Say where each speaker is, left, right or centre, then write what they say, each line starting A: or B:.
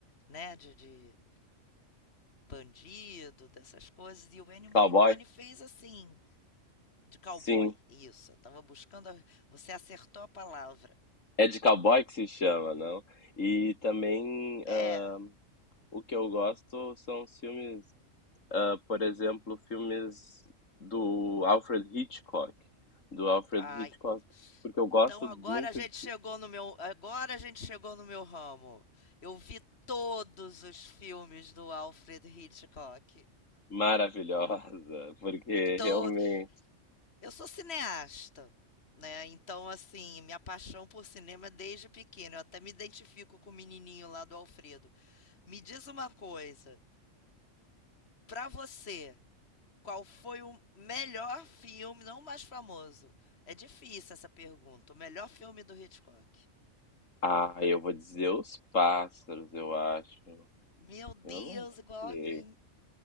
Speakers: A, on the left; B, on the left.
A: né? De, de bandido, dessas coisas. E o Ennio Morricone
B: Cowboy?
A: fez assim, de cowboy.
B: Sim.
A: Isso, eu tava buscando. a- Você acertou a palavra.
B: É de cowboy que se chama, não? E também ah,
A: É.
B: o que eu gosto são os filmes, ah, por exemplo, filmes do Alfred Hitchcock. Do Alfred
A: Ai,
B: Hitchcock, porque eu gosto
A: Então agora
B: muito
A: a gente
B: de
A: chegou no meu, agora a gente chegou no meu ramo. Eu vi todos os filmes do Alfred Hitchcock.
B: Maravilhosa, porque
A: Todo.
B: realmente.
A: Eu sou cineasta, né? Então assim, minha paixão por cinema é desde pequeno. Eu até me identifico com o menininho lá do Alfredo. Me diz uma coisa, pra você, qual foi o melhor filme, não o mais famoso? É difícil essa pergunta. O melhor filme do Hitchcock.
B: Ah, eu vou dizer os pássaros, eu acho.
A: Meu Deus,
B: Eu não
A: igual
B: sei.
A: a mim.